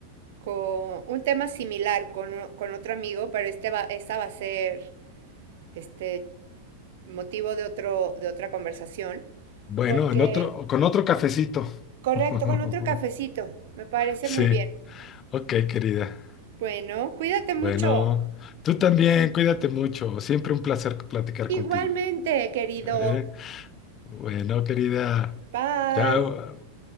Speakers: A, on the right; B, on the left.
A: con un tema similar con, con otro amigo, pero este va, esta va a ser este motivo de otro, de otra conversación.
B: Bueno,
A: Porque,
B: en otro, con otro cafecito.
A: correcto,
B: <laughs>
A: con otro cafecito. Me parece
B: Sí,
A: muy bien.
B: ok, querida.
A: Bueno, cuídate mucho.
B: Bueno, tú también, cuídate mucho. Siempre un placer platicar contigo.
A: Igualmente, querido.
B: ¿eh? Bueno, querida,
A: Bye.
B: chao.